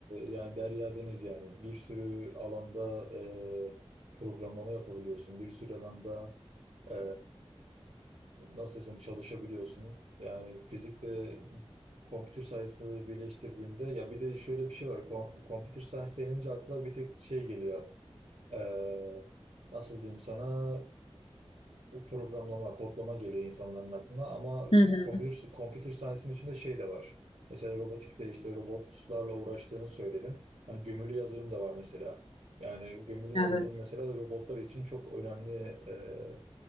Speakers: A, on the right; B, on the left.
A: yani derya deniz yani. Bir sürü alanda e, programlama yapabiliyorsun. Bir sürü alanda e, nasıl desem çalışabiliyorsun. Yani fizikte computer science'ı birleştirdiğinde ya bir de şöyle bir şey var. Com computer science denince akla bir tek şey geliyor. E, nasıl diyeyim sana? o programlama, kodlama geliyor insanların aklına ama
B: Hı hı.
A: computer, computer science'ın içinde şey de var. Mesela robotikte işte robotlarla uğraştığını söyledin. Hani gömülü yazılım da var mesela. Yani gömülü yazılım
B: Evet.
A: mesela robotlar için çok önemli e,